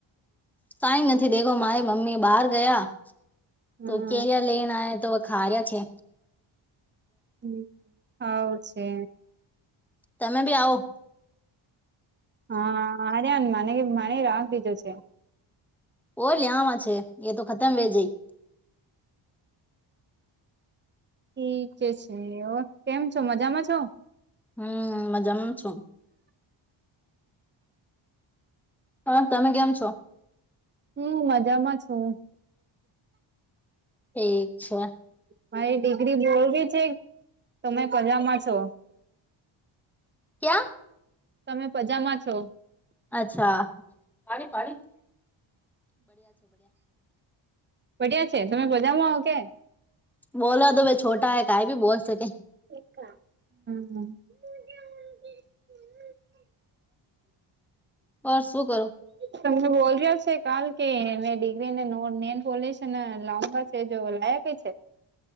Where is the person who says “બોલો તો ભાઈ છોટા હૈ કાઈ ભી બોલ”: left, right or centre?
Centre